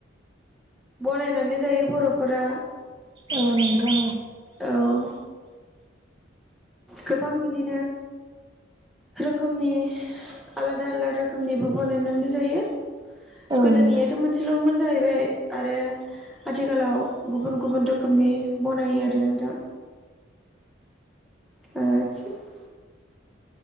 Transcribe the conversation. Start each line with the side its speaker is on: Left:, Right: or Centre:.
Centre: बनायनानै जायो बर'फोरा
Right: औ नोंगौ
Centre: औ गोबां इदिनो रोखोमनि आलादा आलादा रोखोमनिबो बनायनानै जायो।
Right: औ
Centre: गोदोनियाथ'
Right: नोंथां
Centre: मोन सेल'मोन जाहैबाय आरो आथिखालाव गुबुन गुबुन रोखोमनि बनायो आरो रो नोंथां <unintelligible>